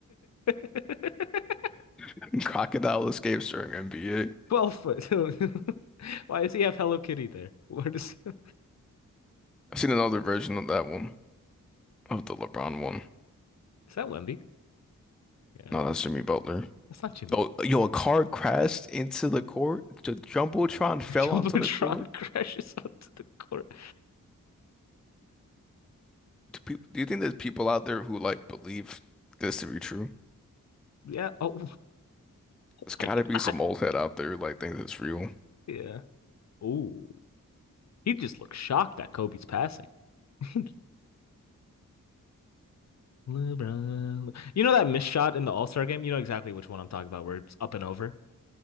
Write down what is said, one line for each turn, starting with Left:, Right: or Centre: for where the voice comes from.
Left: <laughs>
Centre: <laughs> Crocodile escapes during NBA.
Left: 12 foot. <laughs> Why does he have Hello Kitty there? <laughs> Where does he...
Centre: I've seen another version of that one, of the LeBron one.
Left: Is that Wemby? Yeah.
Centre: No, that's Jimmy Butler.
Left: That's not Jimmy.
Centre: Oh,
Left: <laughs>
Centre: yo, a car crashed into the court. The Jumbotron fell
Left: The Jumbotron
Centre: onto the court.
Left: crashes onto the court.
Centre: do people, do you think there's people out there who like believe this to be true?
Left: Yeah. Oh
Centre: There's gotta
Left: my
Centre: be
Left: God.
Centre: some old head out there who like thinks it's real.
Left: Yeah. Oh, he just looks shocked at Kobe's passing. <laughs> LeBron. You know that missed shot in the All Star game? You know exactly which one I'm talking about, where it's up and over.